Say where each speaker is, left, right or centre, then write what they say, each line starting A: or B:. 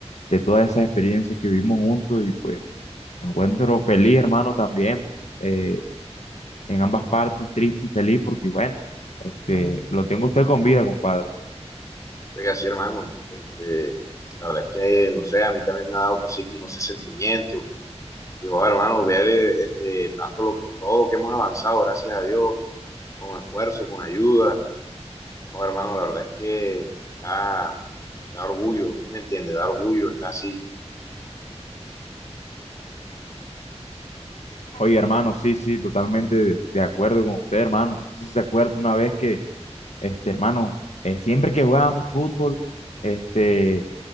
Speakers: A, on the left; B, on the left.
A: de todas esas experiencias que vivimos juntos. Y pues me encuentro feliz, hermano, también. eh, en ambas partes, triste y feliz, porque bueno, este, lo tengo a usted con vida, compadre.
B: Oiga, sí, hermano, este, la verdad es que, no sé, a mí también me ha dado así como ese sentimiento Dijo, hermano, ver eh, este, tanto lo, todo lo que hemos avanzado, gracias a Dios, con esfuerzo, con ayuda. No, hermano, la verdad es que da, da orgullo, ¿sí me entiende? Da orgullo, está así.
A: Oye, hermano, sí, sí, totalmente de, de acuerdo con usted, hermano. No sé si se acuerda una vez que Este, hermano, eh, siempre que jugábamos fútbol, este,